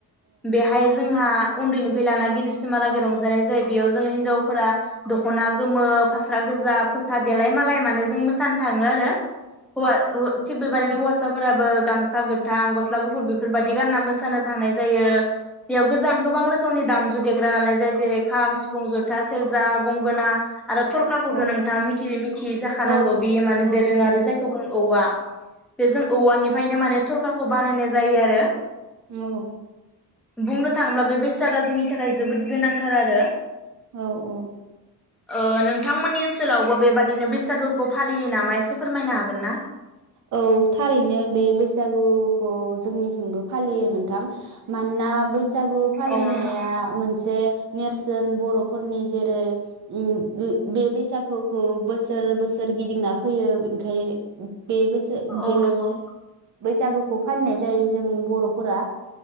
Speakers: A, in the centre; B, on the right.
A: बेहाय जोंहा उन्दैनिफ्राय लाना गिदिरसिमहालागै रंजानाय जायो बेयाव जोङो हिनजावफोरा दख'ना गोमो फास्रा गोजा फोथा गोजा देलाय-मालाय माने जों मोसानो थाङो आरो होवा थिग बिदिनो हौवासा होवासाफोराबो गामसा गोथां गस्ला गुफुर बेफोरबायदि गानना मोसानो थांनाय जायो। बेयाव गोजां गोबां रोखोमनि दामजु देग्रा लानाय जायो जेरै खाम सिफुं जथा सेरजा गंगोना आरो थरखाखौथ'
B: औ
A: नोंथाङा मिथि मिथियै जा जानांगौ
B: औ औ
A: बियो माने
B: औ
A: दोरोंआरि
B: मिथिगौ नोंथां
A: जायखो बुङो औवा बे जों औवानिफ्रायनो माने थरखाखौ बानायनाय जायो आरो
B: औ
A: बुंनो थाङोब्ला बे बेसादा जोंनि थाखाय जोबोद गोनांथार आरो
B: औ औ
A: ओ नोंथांमोननि ओनसोलावबो बेबादिनो बैसागु खौ फालियो नामा एसे फोरमायनो हागोन ना?
B: औ थारैनो बे बैसागुखौ जोंनिथिंबो फालियो नोंथां मानोना बै सागु फालिनाया
A: औ नोंथां
B: मोनसे नेरसोन बर'फोरनि जेरै उ ओ बे बैसागुखौ बोसोर बोसोर गिदिंना फैयो ओंखाय बे बैसो
A: औ
B: बे
A: नंगौ
B: बैसागुखौ फालिनाय जायो जों बर' बर'फोरा